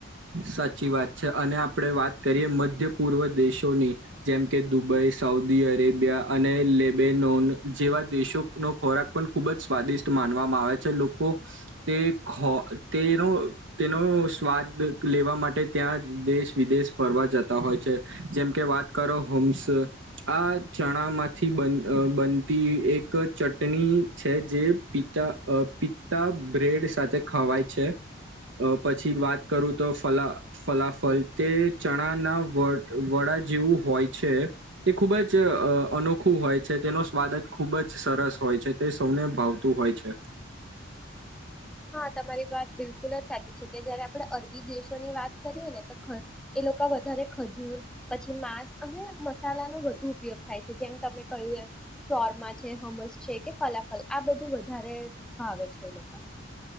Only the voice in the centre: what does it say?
હા તમારી વાત બિલકુલ જ સાચી છે કે જયારે આપડે અરબી દેશોની વાત કરીએ ને તો એ લોકો વધારે ખજૂર પછી માંસ અને મસાલાનો વધુ ઉપયોગ થાય છે જેમ તમે કહ્યું એમ શોરમા છે હમસ છે કે ફલાફલ આ બધું વધારે ભાવે છે એ લોકોને.